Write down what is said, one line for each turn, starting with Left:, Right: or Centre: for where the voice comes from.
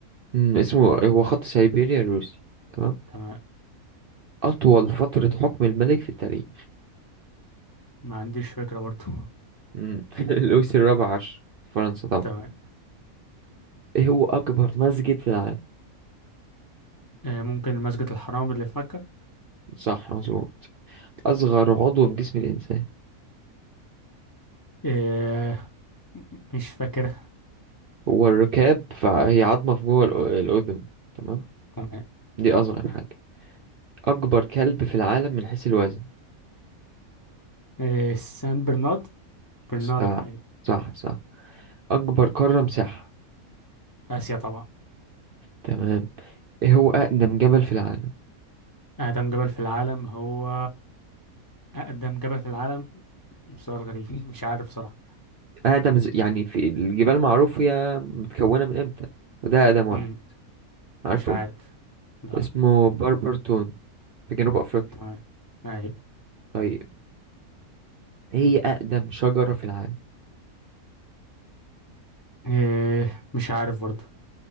Right: مم، اسمه هو خط سيبيريا الروسي تمام
Left: تمام
Right: أطول فترة حكم الملك في التاريخ
Left: ما عنديش فكرة برضو
Right: مم، <laughs> لويس الرابع عشر فرنسا طبعا
Left: <laughs> تمام
Right: إيه هو أكبر مسجد في العالم
Left: آه، ممكن مسجد الحرام اللي في مكة
Right: صح مظبوط أصغر عضو في جسم الإنسان
Left: آه، م- مش فاكرها
Right: هو الركاب فهي عظمة في جوه الأ- الأذن تمام
Left: تمام
Right: دي أصغر حاجة أكبر كلب في العالم من حيث الوزن
Left: آه، سان برنارد برنارد
Right: صح
Left: أيوة.
Right: صح صح أكبر قارة مساحة
Left: آسيا طبعا
Right: تمام إيه هو أقدم جبل في العالم
Left: أقدم جبل في العالم هو أقدم جبل في العالم سؤال غريب <laughs> مش عارف بصراحة
Right: أقدم ز- يعني في الجبال معروف هي متكونة من إمتى وده أقدم واحد
Left: مم،
Right: عارفه
Left: مش عارف لا
Right: اسمه باربرتون في جنوب أفريقيا
Left: تمام أيوة.
Right: طيب هي أقدم شجرة في العالم
Left: آه، مش عارف برضو